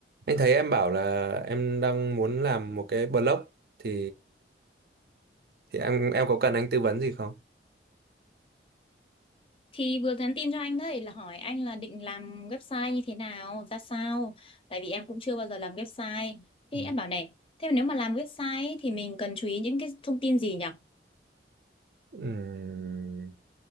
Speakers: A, on the right (about 55°); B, on the left (about 30°).
A: Anh thấy em bảo là em đang muốn làm một cái blog thì thì em em có cần anh tư vấn gì không?
B: Thì vừa nhắn tin cho anh đấy là hỏi anh là định làm website như thế nào, ra sao. Tại vì em cũng chưa bao giờ làm website. Thì
A: Ừ.
B: em bảo này, thế mà nếu mà làm website ấy, thì mình cần chú ý những cái thông tin gì nhỉ?
A: Ừm,